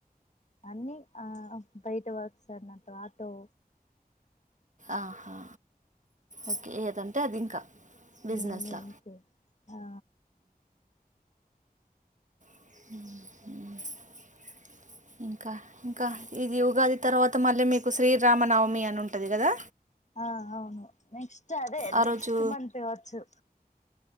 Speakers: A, on the left (about 45°); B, on the right (about 50°).
A: అన్ని ఆ బయట వర్క్స్ అన్ని ఆటో
B: ఆహా ఓకే ఏదంటే అది ఇంకా బిజినెస్లా
A: ఊ అంతే ఆ
B: <inaudible> ఇంకా ఇంకా ఇది ఉగాది తర్వాత మళ్ళీ మీకు శ్రీరామనవమి అని ఉంటది కదా
A: ఆ అవును నెక్స్ట్ అదే
B: ఆ
A: నెక్స్ట్
B: రోజు
A: మంత్ వచ్చు